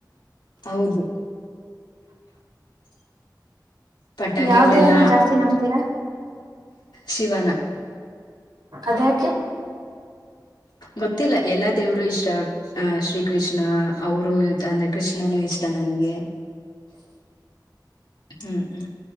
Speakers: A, on the left; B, on the right.
A: ಹೌದು. ಪಟಾಕಿಗಳೆಲ್ಲಾ
B: ಯಾವ ದೇವರನ ಜಾಸ್ತಿ ನಂಬತೀರಾ.
A: ಶಿವನ
B: ಅದ್ಯಾಕೆ
A: ಗೊತ್ತಿಲ್ಲ ಎಲ್ಲಾ ದೇವ್ರು ಇಷ್ಟ. ಅ ಶ್ರೀ ಕೃಷ್ಣ ಅವರು ಅಂದ್ರ ಕೃಷ್ಣನು ಇಷ್ಟ ನಂಗೆ ಹ್ಮ